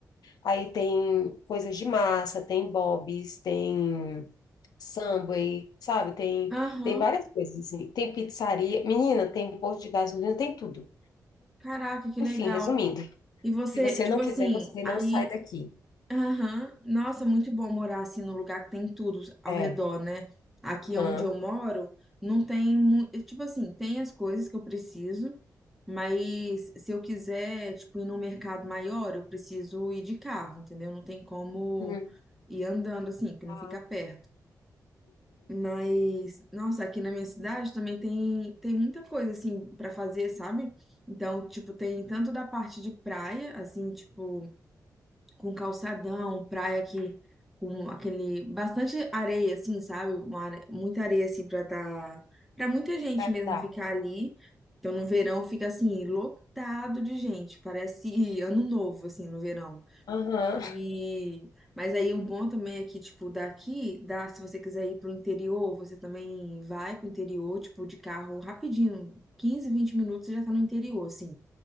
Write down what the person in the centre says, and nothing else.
aham.
Caraca, que
legal.
E você,
tipo
assim,
aí
Aham. Nossa, muito bom morar assim num lugar que tem tudo ao
redor, né? Aqui
onde eu moro, não tem, mu- eh, tipo assim, tem as coisas que eu preciso, mas se eu quiser, tipo, ir num mercado maior, eu preciso ir de carro, entendeu? Não tem como
ir andando assim, que
não fica perto.
Mas, nossa, aqui na minha cidade também tem, tem muita coisa assim para fazer, sabe? Então, tipo, tem tanto da parte de praia, assim, tipo, com calçadão, praia que com aquele bastante areia assim, sabe? Uma are- muita areia assim para tá para muita gente
mesmo
ficar ali. Então no verão fica assim lotado de gente, parece ano novo assim no verão.
E mas aí o bom também é que tipo daqui, dá se você quiser ir pro interior, você também vai pro interior, tipo de carro rapidinho, 15, 20 minutos você já tá no interior assim.